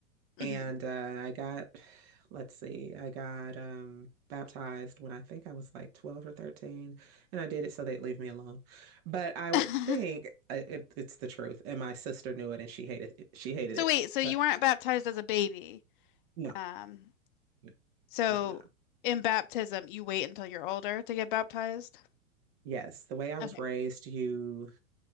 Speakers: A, on the left; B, on the right.
A: Mhm,
B: And uh, I got, let's see, I got um, baptized when I think I was like 12 or 13. And I did it so they'd leave me alone. But I would
A: mhm.
B: think
A: <laughs>
B: uh, it, it's the truth. And my sister knew it and she hated it. She hated
A: So
B: it.
A: wait, so
B: But
A: you weren't baptized as a baby.
B: no,
A: Um,
B: no,
A: so
B: no, no. no.
A: in baptism, you wait until you're older to get baptized.
B: Yes, the way I was
A: Okay.
B: raised, you